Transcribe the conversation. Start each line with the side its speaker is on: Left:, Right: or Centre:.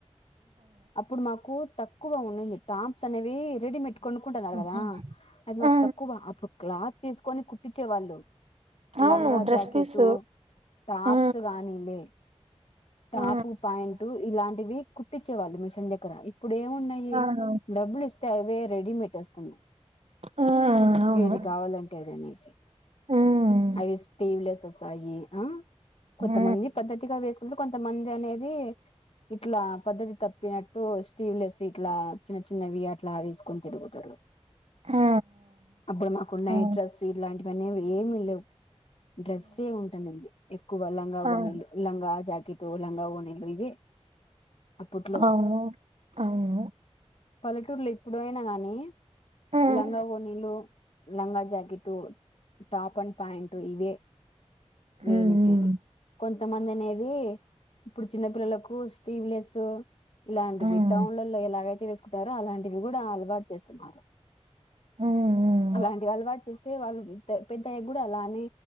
Left: అప్పుడు మాకు తకువ ఉన్నంది టాప్స్ అనవే రెడిమేట్ కొనుక్కుంటున్నారు
Right: ఆహా!
Left: కదా అది మాకు
Right: ఆ
Left: తక్కువా అప్పుడు క్లాత్ తీసుకొని కుట్టించేవాళ్ళు
Right: అవును
Left: లంగా
Right: డ్రెస్
Left: జాకెట్
Right: పీస్
Left: టాప్స్
Right: ఆ
Left: గానీ లే టాపు
Right: ఆ
Left: పాయింట్ ఇలాంటి కుట్టిచ్చే వాళ్ళుమిిషన్క్క ఇప్పుడు ఏమున్నాయి
Right: అవును
Left: డబ్బులు ఇస్త వే రెడిమేట్ వస్తున్నాయి
Right: ఆ అవును
Left: ఏది కావాలంటేది అనేసి
Right: ఉమ్
Left: అఐవిటీవ్లెస్ సయి ఆ కొంతమంది
Right: ఆ
Left: పద్దతిగా వేసు కొంతమంది అనేది ఇట్లా పద్ధతి తప్పినట్టు స్టీవ్ లెస్ ఇట్లా చిన్న చి చిన్నవి అట్లా వేసుకొని తిరుగుతూ <inaudible>
Right: ఆ
Left: అప్పుడు మాకున్నాయి
Right: ఆ
Left: డ్రెస్సు ఇలాంటివి పనేమీ ఏమి లేవ్ డ్రెస్సే ఉంటానండి ఎక్కువ లంగా
Right: ఆ అవును
Left: ఓనీళ్లు లంగా కితో లంగా ఓణీలు ఇవే అప్పట్లో
Right: అవు అవు
Left: పల్లెటూర్లో ఇప్పుడైనా గాని
Right: హ్మ్.
Left: లంగా ఓనీలు లంగా జాకెట్టు టాప్ అండ్ పాయాంట్ ఇవే
Right: హ్మ్.
Left: వేయనిచ్చేది కొంతమంది అనేది ది ఇప్పుడు చిన్న పిల్లలకు స్లీవ్ లెస్ ఇలాంటి
Right: హ్మ్.
Left: వి టౌన్లలో ఎలాగయితే వేసుకుంటార అలాంటివి కూడా అలవాటు చేస్తున్నారు
Right: ఆ
Left: అలాంటి అలవాటు చేస్త అయితే వాళ్ళు పెద్దయ్య గుడా అలానే